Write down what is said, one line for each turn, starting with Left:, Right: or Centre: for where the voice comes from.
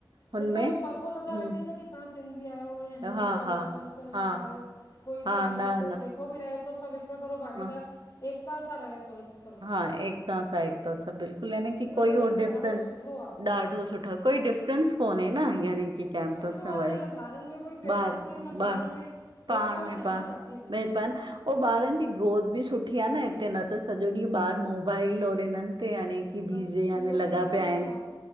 Right: हुनमें
Left: ॾिसो उहो फको नथा
Right: हूं
Left: रखनि न की तां सिंधी आहियो या हिंदू
Right: हा
Left: आहियो
Right: हा
Left: या मुसलमान
Right: हा
Left: आहियो कोई
Right: हा
Left: बि आयो
Right: न
Left: त जेको
Right: न
Left: जेको बि रहे थो सभु हिक करो भागीदार
Right: हा
Left: एकता सां रहे थो हिकु करो।
Right: हा एकता सा एकता सां बिल्कुल यानी की
Left: इहो
Right: कोई
Left: वधीक
Right: हो
Left: ॾाढो
Right: डिफ्रेंस
Left: सुठो आहे
Right: ॾाढो सुठो कोई डिफ्रेंस कोन्हे न यानी की। कैंपस
Left: सुठो आहे
Right: में वरी
Left: न न ॿारनि में कोई फेरो
Right: ॿार
Left: थो थिए न पाण
Right: ॿा
Left: में भेदभाव
Right: पाण में
Left: न आहे
Right: पाण
Left: न किथे बि
Right: अऊ ॿारनि जी ग्रोथ बि सुठी आहे न हिते न त सॼो ॾींहुं ॿार मोबाइल और इन्हन हिनते यानी की
Left: बसि
Right: बीजी यानी
Left: इहो
Right: लॻा
Left: इहो
Right: पिया
Left: ई
Right: आहिन